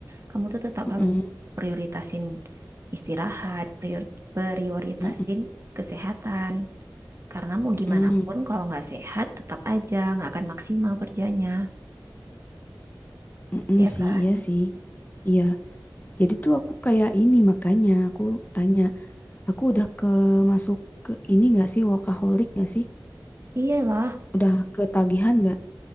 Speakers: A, on the right (about 35°); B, on the left (about 25°).
A: kamu tuh tetap
B: mm-mm,
A: harus prioritasin istirahat, prior- prioritasin
B: mm-mm,
A: kesehatan. Karena mau gimana
B: mm-mm,
A: pun kalau nggak sehat, tetap aja nggak akan maksimal kerjanya,
B: mm-mm
A: ya kan?
B: sih, iya sih. Iya. Jadi tuh aku kayak ini makanya aku tanya, aku udah ke masuk ke ini gak sih workaholic gak sih?
A: Iyalah,
B: Udah ketagihan gak?